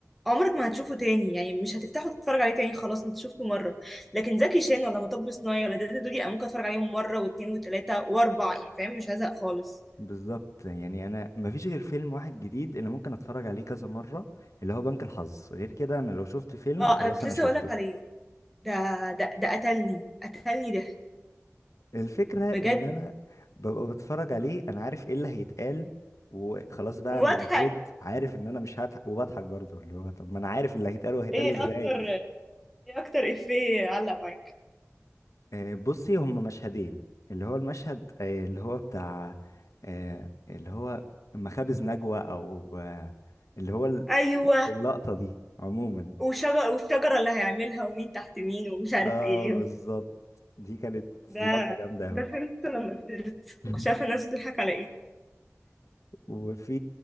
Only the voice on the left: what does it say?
بالظبط يعني انا ما فيش غير فيلم واحد جديد اللي ممكن اتفرج عليه كذا مرة اللي هو بنك الحظ غير كده انا لو شفت فيلم
خلاص
انا
شفته
الفكرة
ان انا ببقى بتفرج عليه انا عارف ايه اللي هيتقال وخلاص بقى
انا المفروض عارف ان انا مش هضحك وبضحك برضو اللي هو طب ما انا عارف اللي هيتقال وهيتقال
ازاي
آه، بصي هم مشهدين اللي هو المشهد آه، اللي هو بتاع آه، اللي هو مخابز نجوى او آه، اللي هو
اللقطة دي عموما
اه
بالظبط دي كانت
لقطة جامدة
أوي
<laughs>
وفي